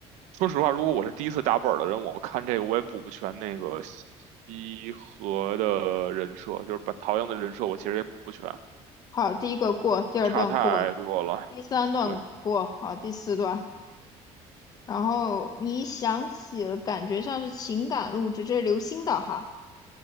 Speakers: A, on the right; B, on the left.
A: 说实话，如果我是第一次打本儿的人，我看这个我也补不全那个西河的人设，就是把陶阳的人设我其实也补不全，
B: 好，第一个过，第二段过，
A: 差太多了。
B: 第三段过，
A: 对，
B: 好，第四段。然后你一想起了，感觉像是情感录制，这是刘星的哈。